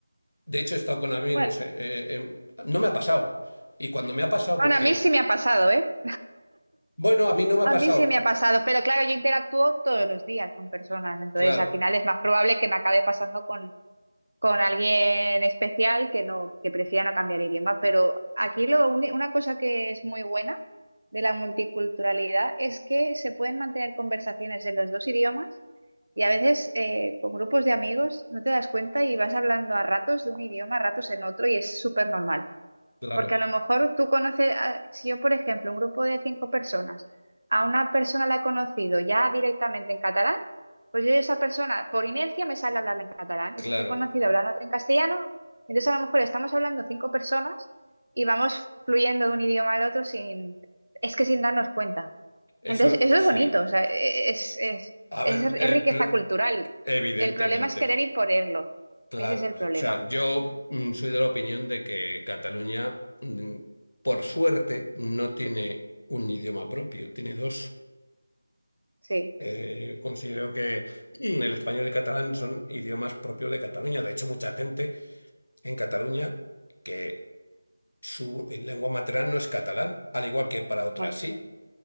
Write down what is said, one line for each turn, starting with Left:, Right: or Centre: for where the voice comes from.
Left: De hecho, he estado con amigos.
Right: Bueno,
Left: eh, eh, em, no me ha pasado. Y cuando me ha pasado,
Right: aún
Left: porque,
Right: a mí sí me ha pasado, ¿eh?
Left: bueno, a mí no me ha
Right: A
Left: pasado.
Right: mí sí me ha pasado, pero claro, yo interactúo todos los días con personas, entonces
Left: Claro,
Right: al final es más probable que me acabe pasando con con alguien especial que no, que prefiera no cambiar idioma. Pero aquí lo, uni- una cosa que es muy buena de la multiculturalidad es que se pueden mantener conversaciones en los dos idiomas y a veces eh, con grupos de amigos no te das cuenta y vas hablando a ratos de un idioma, a ratos en otro y es súper normal.
Left: claro,
Right: Porque a lo mejor tú conoces, a- si yo, por ejemplo, un grupo de cinco personas, a una persona la he conocido ya directamente en catalán, pues yo a esa persona, por inercia, me sale hablarla en catalán.
Left: claro.
Right: Y si te he conocido hablándote en castellano, entonces a lo mejor estamos hablando cinco personas y vamos fluyendo de un idioma al otro sin, es que sin darnos cuenta.
Left: Eso
Right: Entonces, eso es
Left: sí.
Right: bonito, o sea, e, es, es,
Left: A
Right: es,
Left: ver,
Right: es
Left: el
Right: riqueza
Left: pl-
Right: cultural.
Left: evidentemente,
Right: El problema es querer imponerlo.
Left: claro.
Right: Ese es el problema.
Left: O sea, yo mm, soy de la opinión de que Cataluña, mm, por suerte, no tiene un idioma propio, tiene dos.
Right: Sí,
Left: Eh, considero que mm, el español y el catalán son idiomas propios de Cataluña. De hecho, mucha gente en Cataluña que Su lengua materna no es catalán, al igual que para otras
Right: bueno.
Left: sí.